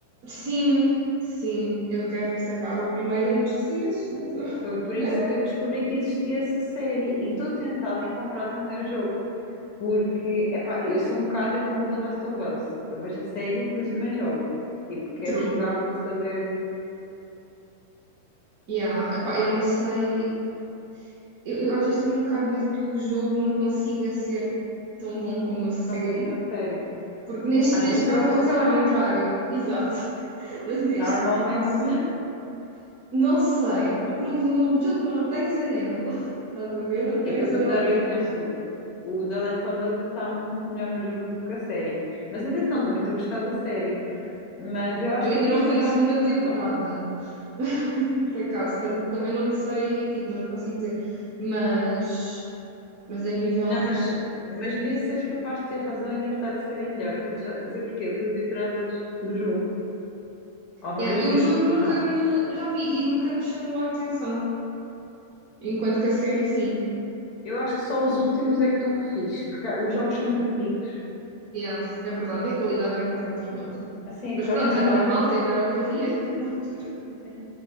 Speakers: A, on the right; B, on the left.
A: Sim, sim, eu quero ver se acaba a primeira antes de sair a segunda. <laughs>
B: Foi por
A: Mas,
B: isso que eu descobri que existia essa série e estou tentada em comprar também o jogo. Porque, epá, eu sou um bocado é como o The Last of Us. Eu vejo a série, mas eu também jogo. Tipo, quero
A: true.
B: jogar para saber
A: Yeah, epá, eu não sei. Eu, eu às vezes tenho um bocado de medo que o jogo não consiga ser tão bom como a série,
B: tão bom como a série.
A: porque neste,
B: Às
A: neste
B: vezes
A: caso
B: é o
A: às
B: contrário.
A: vezes é o contrário, <laughs> exato. Mas neste
B: Normalmente,
A: caso.
B: <laughs>
A: Não sei, porque no, no jogo não tens a ela. <laughs> Estás a ver? Não tens
B: é que eu vou-te
A: a
B: dar
A: atriz.
B: o exemplo. O The Last of Us está muito melhor no jogo do que a série. Mas atenção, também estou a gostar da série. Mas eu acho
A: Eu
B: que
A: ainda
B: aqui
A: não
B: és capaz
A: vi a segunda
B: de ter razão.
A: temporada, <laughs> por acaso. Portanto, também não te sei, tipo, não te consigo dizer. Mas, mas a nível
B: Não,
A: de.
B: mas, mas nisso és capaz de ter razão e deve estar a série melhor. Vou-te já dizer porquê. Eu fui ver trailers do jogo. Alguma
A: Yeah,
B: vez
A: eu
B: visto
A: o jogo nunca
B: ou não?
A: me. Já vi e nunca me chamou a atenção. Enquanto que a série, sim.
B: Eu acho que só os últimos é que estão fixe, porque os jogos são muito antigos.
A: Yeah, é verdade, e a qualidade é um bocado minhosa.
B: Assim,
A: Mas
B: a <laughs> qualidade
A: pronto, é normal,
B: há um bocadinho.
A: até era o que havia <laughs> na altura.
B: Sim.